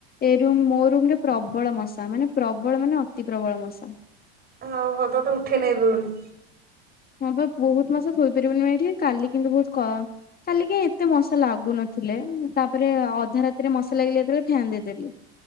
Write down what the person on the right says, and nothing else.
ହଉ ହ ତ ତେ ଉଠେଇ ନେବି ବୋଲି